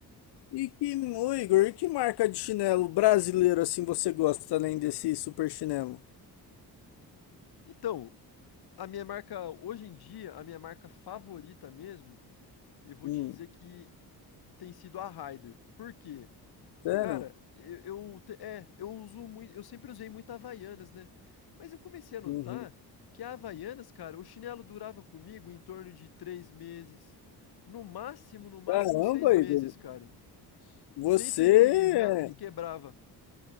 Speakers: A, on the left; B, on the left.
A: E que, ô Igor, e que marca de chinelo brasileiro assim você gosta, além desse super chinelo?
B: Então, a minha marca, hoje em dia, a minha marca favorita mesmo, eu vou
A: Hum,
B: te dizer que tem sido a Raider. Por quê?
A: sério?
B: Cara, eu, eu te- é, eu uso muito, eu sempre usei muito Havaianas, né? Mas eu comecei a notar
A: Uhum.
B: que a Havaianas, cara, o chinelo durava comigo em torno de três meses, no máximo, no máximo
A: Caramba,
B: seis meses,
A: Igor,
B: cara.
A: você,
B: Sempre
A: é,
B: ele re- requebrava.